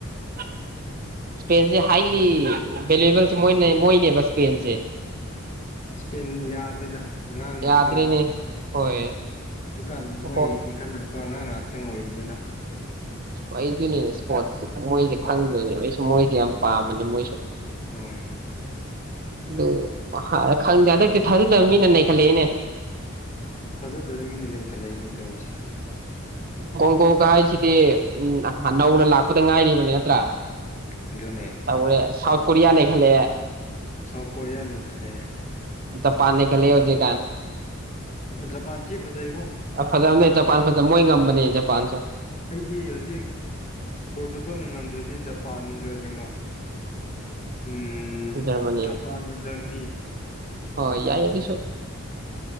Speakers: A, on the right (about 45°); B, on the left (about 35°).
A: <unintelligible> ꯁꯄꯦꯁꯦ ꯍꯥꯏꯥꯏꯂꯤ ꯕꯦꯂꯕꯜ ꯃꯣꯏ ꯃꯣꯏꯅꯦꯕꯁꯄꯦꯟꯁꯦ
B: ꯏꯁꯄꯦꯟ ꯌꯥꯗ꯭ꯔꯦꯗ ꯑꯉꯥꯡ ꯉꯥꯛꯇꯪ
A: ꯌꯥꯗ꯭ꯔꯦꯅꯦ ꯍꯣꯏ
B: ꯀꯥꯟ ꯃꯣꯏ
A: ꯍꯣ
B: ꯏꯟꯈꯠꯂꯛꯄ ꯑꯉꯥꯡ ꯉꯥꯏꯍꯥꯛꯇꯪ ꯑꯣꯏꯕꯅꯤꯅ
A: ꯑꯩꯗꯨꯅꯦ ꯏꯁꯄꯣꯔꯠ ꯃꯣꯏꯁꯦ ꯈꯪꯗꯣꯏꯅꯦ ꯑꯩꯁꯨ ꯃꯣꯏꯁꯦ ꯌꯥꯝ ꯄꯥꯝꯕꯅꯦ ꯃꯣꯏꯁꯨ
B: ꯍꯣꯏ
A: ꯑꯗꯨ ꯈꯪꯗꯦ ꯍꯟꯗꯛꯇꯤ ꯊꯥꯖꯗꯕ ꯃꯤꯅ ꯅꯈꯠꯂꯛꯑꯦꯅꯦ
B: ꯊꯥꯖꯗꯕ ꯃꯤꯅ ꯂꯩ ꯈꯜꯂꯛꯑꯦꯅ ꯇꯧꯔꯤꯁꯦ
A: ꯀꯣꯟ ꯀꯣ ꯀꯥꯁꯤꯗꯤ ꯎꯝ ꯅꯧꯅ ꯂꯥꯛꯄꯗ ꯉꯥꯏꯔꯤꯕꯅꯦ ꯅꯠꯇ꯭ꯔꯥ
B: ꯑꯗꯨꯅꯦ
A: ꯇꯔ ꯁꯥꯥꯎ ꯀꯔꯤꯌꯥ ꯅꯈꯦꯂꯦ
B: ꯁꯥꯎꯊ ꯀꯣꯔꯤꯌꯥ ꯅꯈꯂꯦ
A: ꯄꯥꯅꯦ ꯀ ꯂꯩ ꯍꯧꯖꯤꯦ
B: ꯖꯄꯥꯟ ꯊꯤ ꯐꯖꯩꯕꯣ
A: ꯐꯖꯕꯅꯦ ꯖꯄꯥꯟ ꯐꯖꯕ ꯃꯣꯏ ꯉꯝꯕꯅꯦ ꯄꯥꯡ ꯁ
B: ꯑꯩꯗꯤ ꯍꯧꯖꯤꯛ ꯄꯣꯔꯇꯨꯒꯜꯅ ꯉꯝ ꯑꯗꯨꯗꯤ ꯖꯄꯥꯟꯒ ꯀꯩꯅꯣ ꯎꯝ
A: ꯖꯔꯃꯅꯤ
B: ꯖꯄꯥꯟ ꯃꯅꯤ
A: ꯍꯣꯏ ꯌꯥꯏ ꯌꯥꯗꯤꯁꯨ